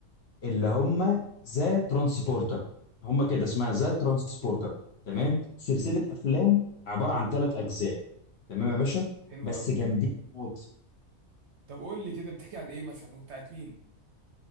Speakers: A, on the left; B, on the right.
A: اللي هم ذا ترانسبورتر هم كده اسمها ذا ترانسبورتر تمام
B: حلو
A: سلسلة أفلام عبارة عن ثلاث أجزاء تمام يا باشا
B: حلو
A: بس
B: قوي
A: جامدين موت
B: طب قول لي كده بتحكي عن ايه مثلا وبتاعت مين